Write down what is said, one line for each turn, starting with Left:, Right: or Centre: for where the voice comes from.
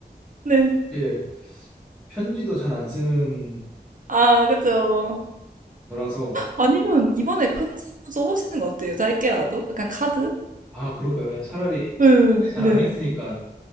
Right: 네.
Centre: 예. 편지도 잘 안 쓰는
Right: 아, 그죠.
Centre: 저라서
Right: 아니면 이번에 편지 한번 써보시는 거 어때요? 짧게라도? 약간 카드?
Centre: 아 그럴까요? 그냥 차라리
Right: 네,
Centre: 잘
Right: 네.
Centre: 안 했으니까